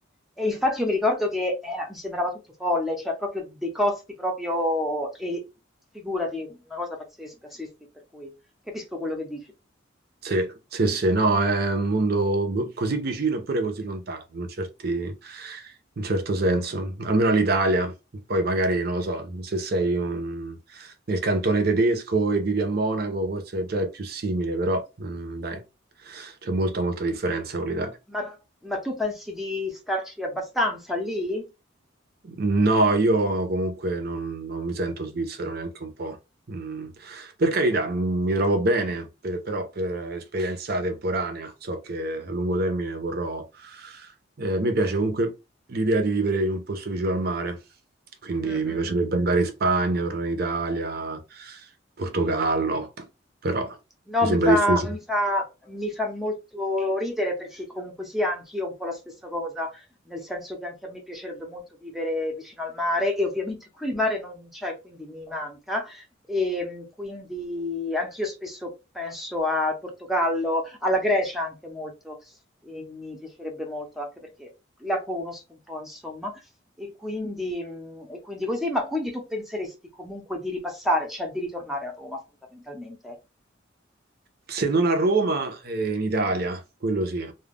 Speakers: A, in the centre; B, on the right.
A: E infatti io mi ricordo che era- mi sembrava tutto folle, cioè proprio dei costi proprio, e figurati, una cosa pazzesca, sì, sì, per cui capisco quello che dici.
B: Sì, sì, sì, no, è un mondo boh, così vicino eppure così lontano, in un certi- in certo senso, almeno all'Italia. Poi magari, non lo so, se sei un- nel cantone tedesco e vivi a Monaco, forse già è più simile, però mm, dai, c'è molta, molta differenza con l'Italia.
A: Ma, ma tu pensi di starci abbastanza lì?
B: No, io comunque non, non mi sento svizzero neanche un po'. Mm, Per carità, m- mi trovo bene, per- però per esperienza temporanea, so che a lungo termine vorrò... eh, mi piace comunque l'idea di vivere in un posto vicino al mare, quindi
A: Mm, mm,
B: mi
A: mm,
B: piacerebbe
A: mm. mm.
B: andare in Spagna, tornare in Italia, Portogallo, però
A: No,
B: mi
A: mi
B: sembra
A: fa,
B: difficile.
A: mi fa, mi fa molto ridere perché comunque sia anch'io un po' la stessa cosa, nel senso che anche a me piacerebbe molto vivere vicino al mare e ovviamente qui il mare non c'è, quindi mi manca e mh, quindi anch'io spesso penso al Portogallo, alla Grecia anche molto e mi piacerebbe molto anche perché la conosco un po', insomma, e quindi, mh, e quindi così, ma quindi tu penseresti comunque di ripassare, cioè di ritornare a Roma fondamentalmente?
B: Se non a Roma, eh, in Italia, quello sì.